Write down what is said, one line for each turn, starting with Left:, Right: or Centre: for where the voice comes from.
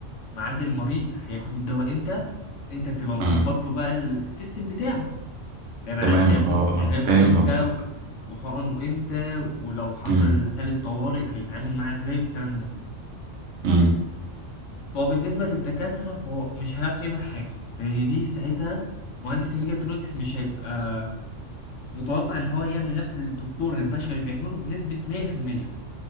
Left: ميعاد المريض هياخد الدواء امتى انت بتبقى مظبط
Right: مم.
Left: له بقى السيستم بتاعه هيبقى
Right: تمام
Left: عارف هياخد
Right: اه اه
Left: علاجه
Right: فاهم
Left: امتى
Right: قصدك
Left: وحقنه امتى ولو حصل
Right: مم.
Left: حالة طوارئ هيتعامل معاها ازاي والكلام ده
Right: مم.
Left: فهو بالنسبة للدكاترة فهو مش هيعرف يعمل حاجة لأن دي ساعتها مهندس الميكاترونكس مش هيبقى متوقع إن هو يعمل نفس اللي الدكتور البشري بيعمله بنسبة 100%